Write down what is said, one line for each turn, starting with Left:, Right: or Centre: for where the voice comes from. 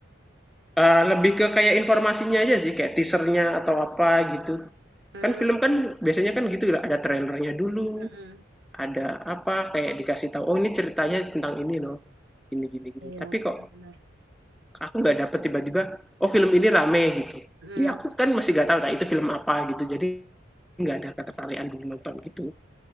Centre: Eh, lebih ke kayak informasinya aja sih kayak teasernya atau apa gitu
Right: Hmm,
Centre: kan film kan biasanya kan gitu ada trailernya dulu
Right: mm-mm,
Centre: ada apa kayak dikasih tahu oh ini ceritanya tentang ini loh gini gini gini
Right: Iya,
Centre: tapi
Right: benar-benar.
Centre: kok aku nggak dapet tiba-tiba oh film ini rame gitu
Right: Hmm,
Centre: ya aku kan masih nggak tahu nah itu film apa gitu jadi nggak ada ketertarikan dulu nonton gitu